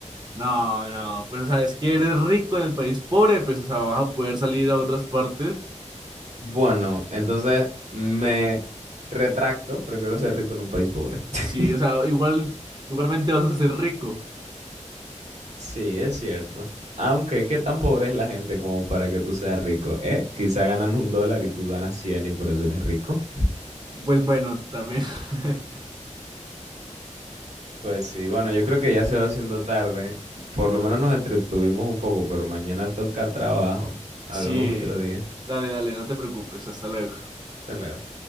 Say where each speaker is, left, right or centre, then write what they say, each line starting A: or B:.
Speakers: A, on the right; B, on the right.
A: No, no, pero sabes que eres rico en el país pobre, pues o sea, vas a poder salir a otras partes.
B: Bueno, entonces me retracto, prefiero ser rico en un país pobre. <laughs>
A: Sí, o sea, igual, igualmente vas a ser rico.
B: Sí, es cierto. Aunque, ¿qué tan pobre es la gente como para que tú seas rico? ¿Eh? Quizá ganan un dólar y tú ganas 100 y por eso eres rico.
A: Pues bueno, también. <laughs>
B: Pues sí, bueno, yo creo que ya se va haciendo tarde. Por lo menos nos entretuvimos un poco, pero mañana toca trabajo. Hablamos
A: Sí.
B: otro día.
A: Dale, dale, no te preocupes, hasta luego.
B: Hasta luego.